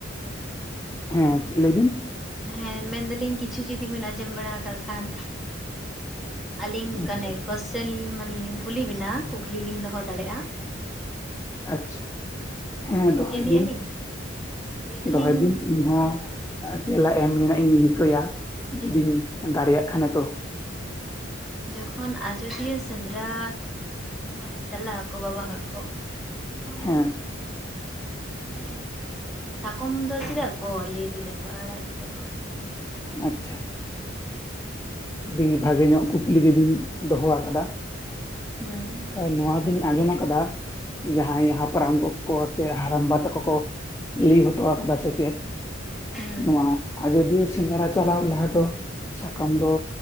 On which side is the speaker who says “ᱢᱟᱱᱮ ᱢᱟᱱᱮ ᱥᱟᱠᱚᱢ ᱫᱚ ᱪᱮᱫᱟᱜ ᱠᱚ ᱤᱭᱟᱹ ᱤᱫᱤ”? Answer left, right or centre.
Centre